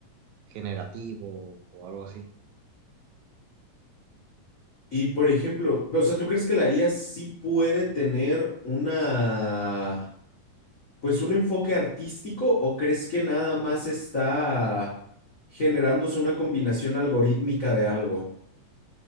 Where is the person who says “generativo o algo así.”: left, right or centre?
Right